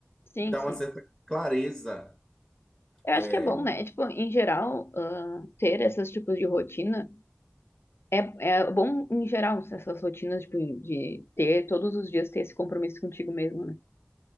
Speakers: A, on the left; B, in the centre.
A: Sim,
B: Dá
A: sim.
B: uma certa clareza.
A: Eu
B: É,
A: acho que é bom, né? É, Tipo, em geral, ah, ter esses tipos de rotina é, é bom em geral, essas rotinas tipo de ter todos os dias ter esse compromisso contigo mesmo, né?